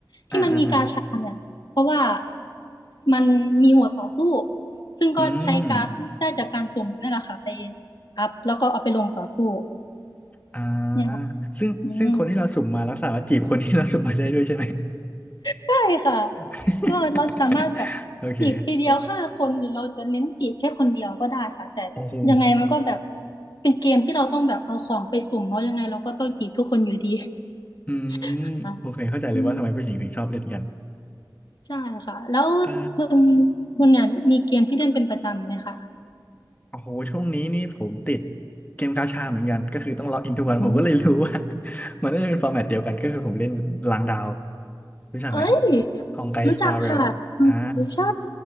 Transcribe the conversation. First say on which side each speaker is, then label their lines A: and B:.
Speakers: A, on the left; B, on the left.
A: ที่มันมีกาชาเนี่ยเพราะว่า
B: อ่าอ่าอ่า
A: มันมีหมวดต่อสู้ซึ่งก็ใช้การ์ดได้จากการสุ่มนี่แหละค่ะไป
B: อืม
A: อัพแล้วก็เอาไปลงต่อสู้
B: อ่า
A: เนี่ยค่ะ
B: ซึ่งซึ่งคนที่เราสุ่มมารักษาว่าจีบคนที่เราสุ่มมาได้ด้วยใช่ไหม
A: อืม ใช่ค่ะ
B: <laughs>
A: ก็เราสามารถแบบ
B: โอเค
A: จีบทีเดียวห้าคนหรือเราจะเน้นจีบแค่คนเดียวก็ได้ค่ะแต่ยังไงมันก็แบบ
B: โอ้โห
A: เป็นเกมที่เราต้องแบบเอาของไปสุ่มเนาะยังไงเราก็ต้องจีบทุกคนอยู่ดี
B: อืมโอเคเข้าใจเลยว่าทำไมผู้หญิงถึงชอบเล่นกัน
A: <laughs> ค่ะอืมใช่ค่ะแล้วคุณ
B: เออ
A: คุณเนี่ยมีเกมที่เล่นเป็นประจำไหมคะ
B: โอ้โหช่วงนี้นี่ผมติดเกมกาชาเหมือนกันก็คือต้องล็อกอินทุกวันผมก็เลยรู้ว่า
A: อืม
B: <laughs> มันน่าจะเป็นฟอร์แมตเดียวกันก็คือผมเล่นล้างดาวรู้จักไหม
A: เอ้ย
B: ฮองไกสตาร์เรลอ่า
A: รู้จักค่ะอืมใช่